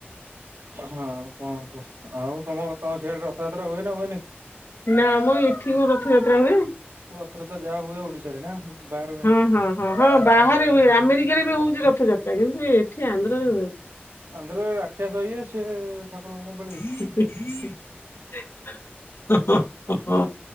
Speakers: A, on the right (about 85°); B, on the left (about 85°).
A: ହଁ କଣ କୁହ ଆଉ ତମ ତମ ସିଆଡେ ରଥଯାତ୍ରା ହୁଏ ନା ହୁଏନି?
B: ନା ମ ଏଠି କଣ ରଥଯାତ୍ରା ହୁଏ।
A: ରଥଯାତ୍ରା ଯାହା ହୁଏ ଓଡିଶାରେ ନା। ବାହାରେ ହୁଏନି?
B: ହଁ ହଁ ହଁ ହଁ ବାହାରେ ହୁଏ ଆମେରିକାରେ ବି ହଉଛି ରଥଯାତ୍ରା କିନ୍ତୁ ଏଠି ଆନ୍ଧ୍ରାରେ ହୁଏନି।
A: ଆନ୍ଧ୍ରାରେ ରାକ୍ଷସ ଇଏ ସିଏ ଠାକୁରଙ୍କୁ କଣ ଭଳି
B: ହ ହ ହ